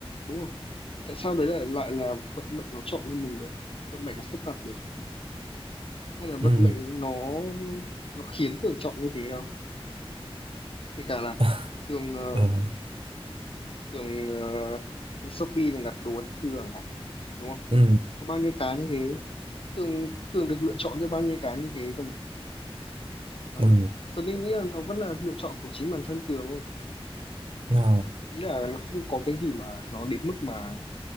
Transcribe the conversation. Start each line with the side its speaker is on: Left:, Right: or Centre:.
Left: đúng không Thì tại sao đấy lại lại là vận mệnh nó chọn cho mình được vận mệnh nó sắp đặt được hay là vận
Right: ừ
Left: mệnh nó nó khiến Tường chọn như thế đâu kể cả là
Right: <laughs>
Left: Tường ờ,
Right: ờ
Left: Tường ờ, đi Shopee là đặt đồ ăn trưa chẳng hạn đúng không
Right: ừ
Left: có bao nhiêu cái như thế Tường Tường được lựa chọn cho bao nhiêu cái như thế cơ mà đó
Right: ừ
Left: Tường nghĩ là nó vẫn là lựa chọn của chính bản thân Tường thôi
Right: Ờ,
Left: ý là nó không có cái gì mà nó đến mức mà